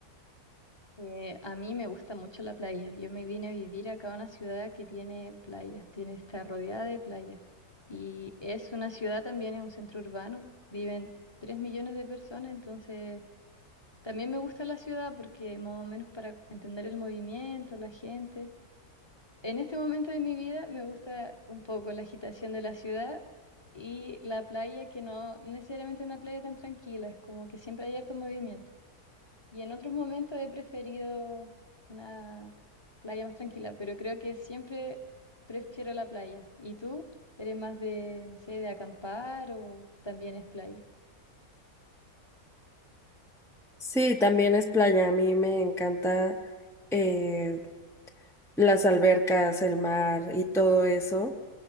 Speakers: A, on the left; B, in the centre.
A: Eh, a mí me gusta mucho la playa. Yo me vine a vivir acá a una ciudad que tiene playa, tiene, está rodeada de playas. Y es una ciudad también, es un centro urbano, viven 3 millones de personas, entonces también me gusta la ciudad porque más o menos para entender el movimiento, la gente. En este momento de mi vida me gusta un poco la agitación de la ciudad y la playa, que no necesariamente es una playa tan tranquila, es como que siempre hay harto movimiento. Y en otros momentos he preferido una playa más tranquila, pero creo que siempre prefiero la playa. ¿Y tú? ¿Eres más de, no sé, de acampar o también es playa?
B: Sí, también es playa. A mí me encanta eh, las albercas, el mar y todo eso.